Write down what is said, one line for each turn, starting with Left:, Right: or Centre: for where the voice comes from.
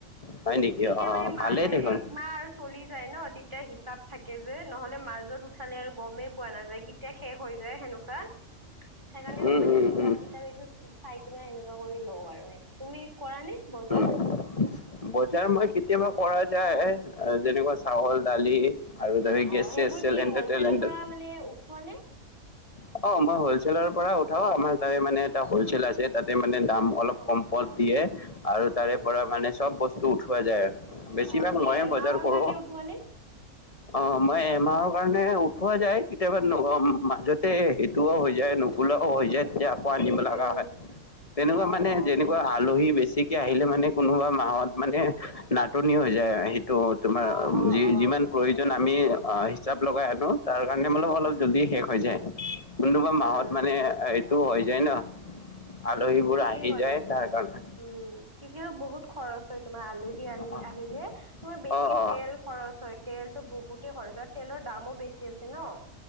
Left: হয় নেকি
Right: তেতিয়া
Left: অ
Right: মানে মাহে
Left: ভালেই দেখোন
Right: একমাহ আৰ চলি যায় ন' তেতিয়া হিচাপ থাকে যে নহ'লে মাজত উঠালে আৰু গমে পোৱা নাযায় কি তিয়া শেষ হৈ যায় সেনেকুৱা, সেইকাৰণে
Left: উম
Right: মানে
Left: উম
Right: হিচাপ
Left: উম
Right: কিতাপ এইটো চাই কিনে সেনেকুৱা কৰি লও আৰু এ, তুমি কৰানে বজাৰ?
Left: উম বজাৰ মই কেতিয়াবা কৰা যায় আ, যেনেকুৱা চাউল দালি। আৰু ধৰি গেছ
Right: অ', সেইবোৰ
Left: চেছ চিলিণ্ডাৰ
Right: কি হ'লচেলৰ
Left: টেলেণ্ডাৰ
Right: পৰা মানে উঠোৱা নে?
Left: অ মই হলচেলৰ পৰা উঠাও আমাৰ তাৰে মানে এটা হলচেল আছে। তাতে মানে দাম অলপ
Right: অ
Left: কমপত
Right: অ
Left: দিয়ে আৰু
Right: হয়
Left: তাৰে
Right: নেকি
Left: পৰা মানে চব বস্তু উঠোৱা যায় বেছিভাগ
Right: অ কি
Left: মইয়ে
Right: এমাহৰ
Left: বজাৰ কৰো।
Right: কাৰণে উঠোৱা নে
Left: অ মই এমাহৰ কাৰণে উঠোৱা যায় কেতিয়াবা অ মাজত তে সেইটোও হৈ যায় নুকোলাও হৈ যায় তে আপ খোৱা নিব
Right: উম
Left: লাগা
Right: উম
Left: হয় তেনেকুৱা
Right: অ
Left: মানে
Right: অ
Left: যেনেকুৱা
Right: হয় নেকি
Left: আলহী বেছি আহিলে মানে কোনোবা মাহত মানে নাটনি হৈ যায় আ সেইটোত। তোমাৰ
Right: অ অ
Left: যি
Right: অ
Left: যিমান প্ৰয়ো প্ৰয়োজন আমি হিচাপ লগাই আনো তাৰ কাৰণে হলো
Right: উম
Left: অলপ জল্দি
Right: উম
Left: শেষ হৈ যায়। কোনোবা
Right: উম
Left: মাহত
Right: উম
Left: মানে
Right: হয়
Left: এইটো হৈ যায় ন
Right: উম
Left: আলহীবোৰ
Right: উম ঠিকে
Left: আহি
Right: ক'লা
Left: যায়
Right: সেইটোতো
Left: তাৰ কাৰণে
Right: উম ঠিকে বহুত খৰচ হয় তোমাৰ আলহী
Left: অ
Right: আহি আহিলে তোমাৰ বেছিকে
Left: অ অ
Right: তেল খৰচ হয় তেলতো বহুতে খৰচ হয় আৰু তেলৰ দামো বেছি আছে ন <inaudible>